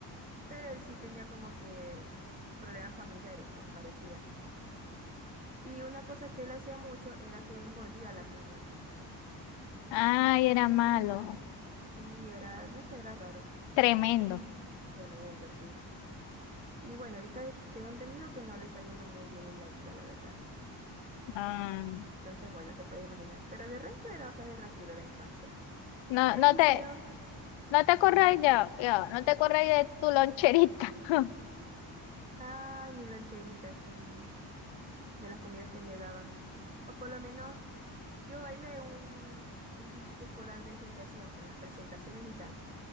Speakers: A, on the right; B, on the left.
A: Pero él sí tenía como que problemas familiares, pues parecía. Y una cosa que él hacía mucho era que él mordía a las niñas.
B: Ay, era malo.
A: Sí, era, no sé, era raro.
B: Tremendo.
A: Tremendo, sí. Y bueno, ahorita tengo entendido que no le está yendo muy bien en la vida, la verdad.
B: Ah,
A: Entonces, bueno, te puedes imaginar. Pero de resto era bastante tranquilo la infancia.
B: No,
A: El
B: no
A: liceo,
B: te, no te acordáis
A: cuéntame.
B: ya, ya, no te acordáis de tu loncherita. <laughs>
A: Ay, mi loncherita, sí, de las comidas que me daban. O por lo menos yo bailé un, un bichito escolar de esos que hacían, pues las presentaciones y tal.